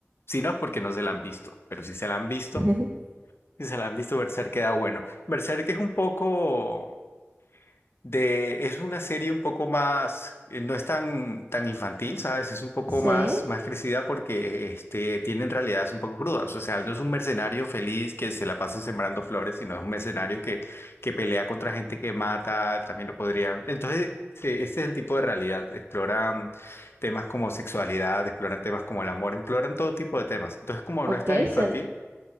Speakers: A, on the left; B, on the right.
A: Si no es porque no se la han visto, pero si se la han visto...
B: <laughs>
A: Si se la han visto, Berserk queda bueno. Berserk es un poco de, es una serie un poco más, eh, no es tan, tan infantil, ¿sabes? Es un poco
B: Sí.
A: más, más crecida porque este, tienen realidades un poco crudas. O sea, no es un mercenario feliz que se la pasa sembrando flores, sino es un mercenario que, que pelea contra gente que mata, también lo podrían. Entonces, sí, este es el tipo de realidad. Exploran temas como sexualidad, exploran temas como el amor, exploran todo tipo de temas. Entonces, como
B: Ok,
A: no es tan infantil,
B: suen-